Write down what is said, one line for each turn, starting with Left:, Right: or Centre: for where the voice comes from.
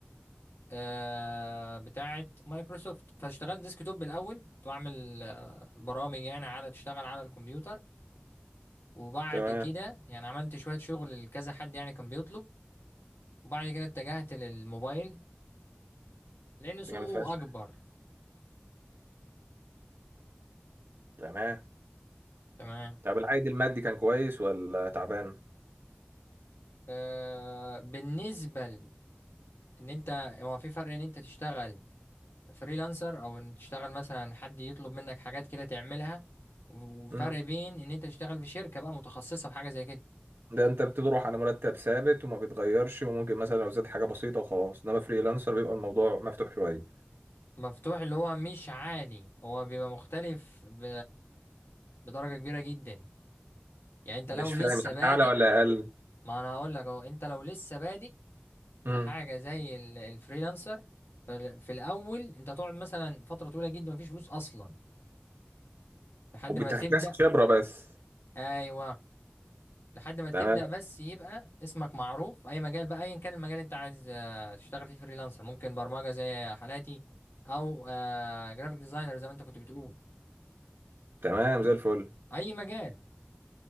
Left: آه بتاعت مايكروسوفت فاشتغلت ديسكتوب بالاول كنت بعمل آه برامج يعني على تشتغل على الكمبيوتر وبعد
Right: تمام
Left: كده يعني عملت شويه شغل لكذا حد يعني كان بيطلب وبعد كده اتجهت للموبايل لان
Right: ده
Left: سوقه
Right: جامد فشخ
Left: اكبر
Right: تمام
Left: تمام
Right: طب العائد المادي كان كويس ولا تعبان
Left: آه بالنسبة ل- ان انت هو في فرق ان انت تشتغل فريلانسر او ان تشتغل مثلا حد يطلب منك حاجات كده تعملها و- وفرق
Right: امم
Left: بين ان انت تشتغل في شركة بقى متخصصة في حاجة زي كده
Right: ده انت بتروح على مرتب ثابت وما بيتغيرش وممكن مثلا لو زاد حاجه بسيطه وخلاص انما فريلانسر بيبقى الموضوع مفتوح شويه
Left: مفتوح اللي هو مش عالي هو بيبقى مختلف ب... بدرجة كبيرة جدا يعني انت
Right: مش
Left: لو
Right: فاهم
Left: لسه
Right: يعني
Left: بادئ
Right: اعلى ولا اقل
Left: ما انا هقول لك اهو انت لو لسه بادئ في
Right: امم
Left: حاجة زي ال- الفريلانسر فال- في الاول انت هتقعد مثلا فترة طويلة جدا مفيش فلوس اصلا لحد
Right: وبتكتسب
Left: ما تبدأ
Right: خبره بس
Left: ايوه لحد ما تبدأ
Right: تمام
Left: بس يبقى اسمك معروف في أي مجال بقى أيا كان المجال اللي أنت عايز آه، تشتغل فيه فريلانسر ممكن برمجة زي حالاتي أو جرافيك ديزاينر زي ما أنت كنت بتقول
Right: تمام زي الفل
Left: أي مجال